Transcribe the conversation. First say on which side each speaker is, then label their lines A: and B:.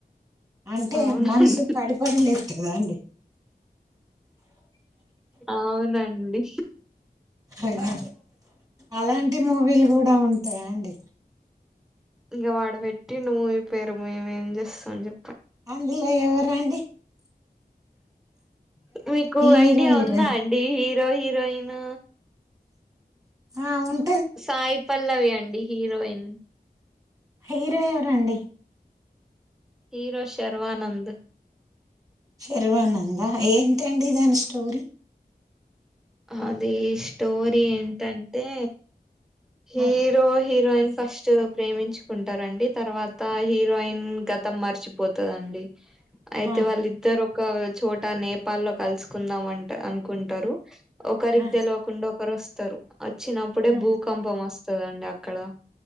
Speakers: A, on the right; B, in the centre.
A: అంటే
B: అవునండి
A: మనసు పడిపడి లే కాదా అండి
B: అవునండి
A: అయినా అలాంటి మూవీలు కూడా ఉంటాయా అండి
B: ఇంక వాడు పెట్టిండు మూవీ పేరు మేమ ఏం చేస్తా చె
A: అందులో ఎవరు రండి
B: ే మీకు
A: హీరో
B: ఐడియా
A: హీరోయిన్
B: ఉందా అండి హిరో హిరోయిన్
A: ఆ అవును
B: సాయి పల్లవి అండి. హిరోయిన్
A: హీరో ఎవరండి
B: హీరో శర్వానంద్.
A: శర్వానంద ఏంటండి దాని స్టోరీ.
B: అ ద స్టోరీ ఏం ఏంటంటే హీరో
A: ఆ
B: హీరోయిన్ ఫస్ట్ ప్రేమించుకుంటారండి తర్వాత హీరోయిన్ గతం మర్చిపోతదండి. అయితే
A: ఆ
B: వాళ్ళిద్దరు. చోటా నేపాల్ లో కలుసుకుందాం అంట అనుకుంటారు. ఒకరికి
A: ఆ
B: తెలివకుండా ఒకరస్తరు. వచ్చినప్పుడే,
A: ఆ
B: భూకంపం వస్తుందండి అక్కడ